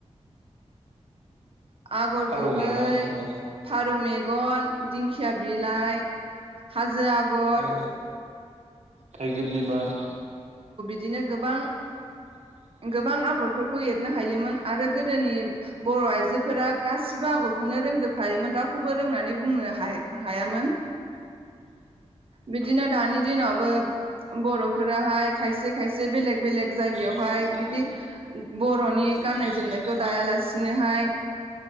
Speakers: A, on the right; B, on the right.
A: आगर
B: फारौ
A: गुबै,
B: मेगन औ
A: फारौ मेगन, दिंखिया बिलाइ, हाजो आगर
B: औ थाइगिर बिबार
A: दिनो गोबां गोबां आगर फोरखौ एरनो हायोमोन आरो गोदोनि बर' आइजो फोरा गासिबो आगरखौनो रोंजोब खायोमोन रावखौबो रोंनानै बुंनो हा-हायामोन बिदिनो दानि दिनावबो बर'फोराहाय खायसे खायसे बेलेग बेलेग जाय गायावहाय
B: औ
A: बिदि बर'नि गाननाय
B: औ
A: जोमनायखौ दायालासे बिदिनोहाय